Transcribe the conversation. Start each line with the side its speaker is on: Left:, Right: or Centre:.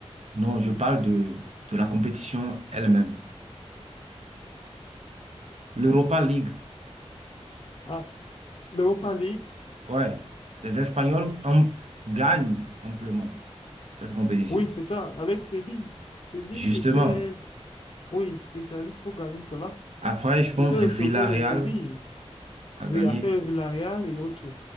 Right: Non, je parle de, de la compétition elle-même. L'Europa League,
Left: à l'Europa League.
Right: ouais. Les Espagnols am- gagnent amplement cette compétition.
Left: Oui, c'est ça, avec Séville. Séville
Right: Justement.
Left: était, oui, spécialiste pour gagner cela.
Right: Après, je pense
Left: C'était
Right: que
Left: le
Right: Villarreal
Left: trophée de Séville.
Right: a gagné.
Left: Oui, après Villarreal et autres.